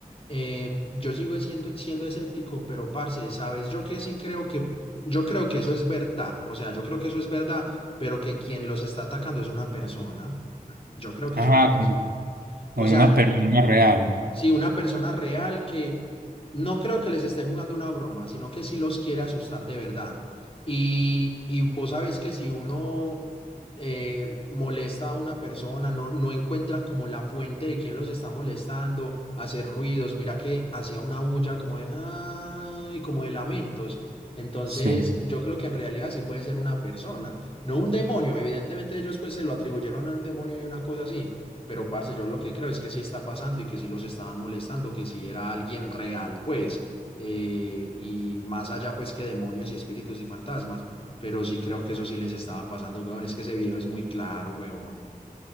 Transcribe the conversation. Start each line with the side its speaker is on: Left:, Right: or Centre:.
Left: Eh, yo sigo siendo, siendo escéptico, pero parce, sabes, yo que sí creo que, yo creo que eso es verdad. O sea, yo creo que eso es verdad, pero que quien los está atacando es una persona. Yo creo que
Right: ajá,
Left: es una persona.
Right: como, como
Left: O sea,
Right: una persona real,
Left: Sí, una persona real que no creo que les esté jugando una broma, sino que sí los quiere asustar de verdad. Y, y vos sabes que si uno eh, molesta a una persona, no, no encuentran como la fuente de quién los está molestando, hacer ruidos, mira que hacía una bulla como de, "Ay", como de lamentos. Entonces,
Right: sí,
Left: yo creo que en realidad sí puede ser una persona, no un demonio. Evidentemente ellos pues se lo atribuyeron a un demonio y una cosa así pero, parce, yo lo que creo es que sí está pasando y que sí los estaban molestando, que sí era alguien real, pues, eh, y más allá, pues, que demonios y espíritus y fantasmas, pero sí creo que eso sí les estaba pasando, huevón, es que ese video es muy claro, huevón.